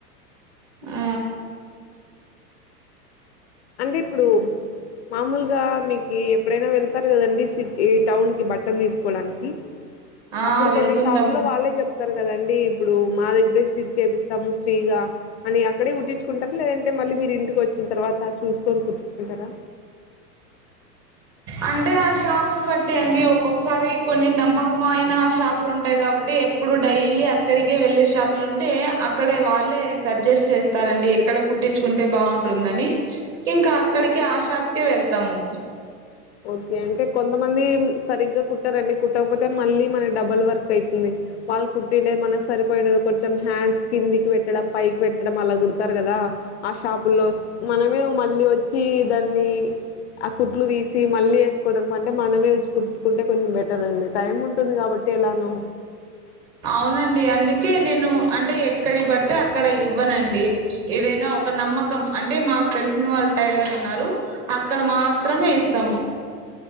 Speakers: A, on the right; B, on the left.
A: ఆ
B: అంటే ఇప్పుడు మామూలుగా మీకు ఎప్పుడైనా వెళ్తారు కదండి సిటీ టౌన్కి బట్టలు తీసుకోవడానికి
A: ఆ
B: అప్పుడు కొన్ని
A: వెళ్తుంటాము
B: షాపుల్లో వాళ్ళే చెప్పు తారు కదండి ఇప్పుడు మా దగ్గరే స్టిచ్ చేపిస్తాము ఫ్రీగా అని ఇక్కడే కుట్టించుంటారా లేదంటే మళ్ళీ మీరుంటికి వచ్చిన తర్వాత చూసుకుని కుట్టించుకుంటారా
A: అంటే ఆ షాపును బట్టి అండి ఒక్కొక్కసారి కొన్ని నమ్మకమయిన షాపులు ఉంటాయి కాబట్టి ఇప్పుడు డైలీ అక్కడికే వెళ్ళే షాపులు ఉంటే అక్కడే వాళ్ళే సజెస్ట్ చేస్తారండి ఎక్కడ కు పట్టించుకుంటే బాగుంటుందని ఇంకా అక్కడికి ఆ షాప్కే వెళ్తాము
B: ఓకే అంటే కొంతమంది సరిగ్గా కుట్టరండి కుట్టకపోతే మళ్ళీ మనకి డబల్ వర్క్ అయితుంది వాళ్ళ కుట్టిండేది మనకి సరిపోయి కొంచం హ్యాండ్స్ కిందికి పెట్ పెట్టడం పైకి పెట్టడం అలా కుడతారు కదా ఆ షాపులో మనమే మళ్ళీ వచ్చి దాన్ని మళ్ళీ ఆ కుట్లు తీసు మళ్ళీ వేసుకోవడానికి అంటే మనమే ఉచ్చు కుట్టుకుంటే కొంచెం బెటర్ అండి టైం ఉంటుంది కాబట్టి ఎలాను
A: అవునండి అందుకే నేను అంటే ఎక్కడికి పడితే అక్కడ ఇవ్వనండి ఏదైనా ఒక నమ్మకం అంటే మాకు తెలిసిన వాళ్ళ టైలర్ ఉన్నారు అక్కడ మాత్రమే ఇస్తాము